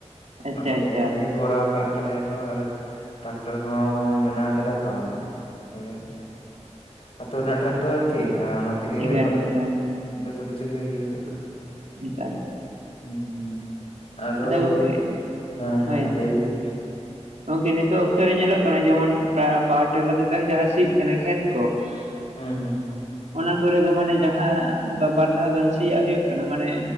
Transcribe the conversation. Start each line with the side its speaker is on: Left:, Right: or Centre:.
Right: ᱟᱪᱪᱷᱟ
Left: ᱟᱠ ᱠᱚ
Right: ᱟᱪᱪᱷᱟ ᱦᱳᱭ
Left: ᱜᱮ ᱠᱚᱨᱟᱣ ᱠᱟᱜ ᱛᱟᱞᱮᱭᱟᱠᱚ। ᱟᱨ ᱴᱟᱠᱴᱚᱨ ᱦᱚᱸ ᱢᱮᱱᱟᱜ ᱠᱟᱫᱟ ᱛᱚ ᱟᱫᱚ ᱚᱱᱟ ᱛᱮᱜᱮ ᱼᱼ ᱟᱹᱛᱩ ᱨᱮᱱᱟᱜ ᱴᱨᱟᱠᱴᱟᱨ ᱟᱨᱠᱤ ᱚᱱᱟ ᱛᱮᱜᱮ
Right: ᱮᱠᱟᱞ
Left: ᱠᱚᱨᱟᱣ
Right: ᱮᱠᱟᱞ
Left: ᱦᱩᱭᱩᱜ
Right: ᱦᱳᱭ
Left: ᱠᱟᱱᱟ᱾ ᱡᱚᱛᱚ ᱠᱤᱪᱷᱩ ᱜᱮ ᱤᱭᱟᱹ ᱦᱩᱭᱩᱜ ᱠᱟᱱᱟ।
Right: ᱱᱤᱠᱟᱹᱱ <inaudible>
Left: ᱦᱩᱸ ᱦᱩᱸ ᱟᱫᱚ
Right: ᱜᱚᱝᱠᱮ
Left: ᱦᱮᱸ ᱦᱮᱸ
Right: ᱦᱳᱭ
Left: ᱞᱟᱹᱭ ᱵᱤᱱ ᱾
Right: ᱜᱚᱝᱠᱮ ᱱᱤᱛᱚᱜ ᱚᱠᱛᱚ ᱨᱮ ᱧᱮᱞᱚᱜ ᱠᱟᱱᱟ ᱡᱮᱢᱚᱱ ᱯᱟᱣᱟᱨ ᱴᱮᱞᱟᱨ ᱠᱟᱛᱮ ᱦᱚᱸ ᱡᱟᱦᱟᱸ ᱥᱤᱜ ᱠᱟᱱᱟ ᱠᱷᱮᱛ <unintelligible>
Left: ᱦᱩᱸ ᱦᱩᱸ
Right: ᱚᱱᱟ ᱠᱚᱨᱮ ᱫᱚ ᱢᱟᱱᱮ ᱡᱟᱦᱟᱸ ᱚᱱᱠᱟ ᱵᱟᱨ ᱫᱷᱟᱹᱣ ᱜᱟᱱ ᱥᱤᱭᱟᱜ ᱦᱩᱭᱩᱜ ᱠᱟᱱᱟ ᱢᱟᱱᱮ